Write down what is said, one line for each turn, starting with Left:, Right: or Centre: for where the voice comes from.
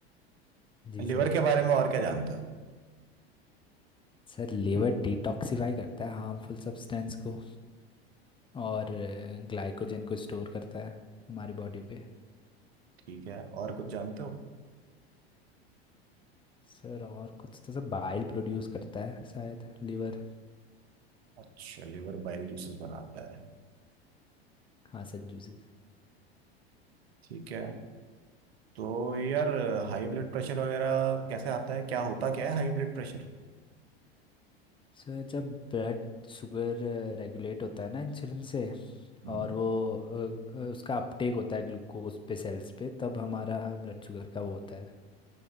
Left: जी
Right: लिवर
Left: सर
Right: के बारे में और क्या जानते हो
Left: सर लीवर डिटॉक्सिफाई करता है हार्मफुल सब्सटेंस को और ग्लाइकोजन को स्टोर करता है हमारी बॉडी पे
Right: ठीक है और कुछ जानते हो
Left: सर और कुछ तो सर बाइल प्रोड्यूस करता है शायद लीवर
Right: अच्छा लिवर बाइल जूसेस बनाता है
Left: हाँ सर जूसेस
Right: ठीक है तो यार हाई ब्लड प्रेशर वगैरह कैसे आता है क्या होता क्या है हाई ब्लड प्रेशर
Left: सर जब ब्लड शुगर रेगुलेट होता है ना इंसुलिन से
Right: हम्म,
Left: और वो अ, अ, उसका अपटेक होता है ग्लूकोज पे सेल्स पे तब हमारा ब्लड शुगर का वो होता है